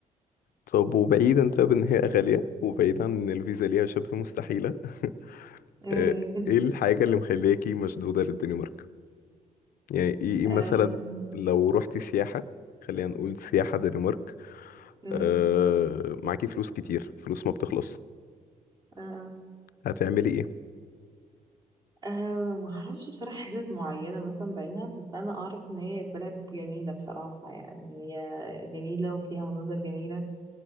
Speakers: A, on the left (about 75°); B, on the right (about 30°).
A: طب وبعيدا طب ان هي غاليه وبعيدا ان الفيزا ليها شبه مستحيله <laughs>
B: <laughs>
A: آه،
B: أمم.
A: ايه الحاجه اللي مخلياكي مشدوده للدنمارك يعني ايه إيه
B: أمم.
A: مثلا لو رحتي سياحه خلينا نقول سياحه دنمارك
B: أمم.
A: آه، معاكي فلوس كتير فلوس ما بتخلص
B: آه، آه.
A: هتعملي ايه
B: أه معرفش بصراحة حتت معينة مثلا بعينها بس أنا أعرف إن هي بلد جميلة بصراحة يعني هي جميلة وفيها مناظر جميلة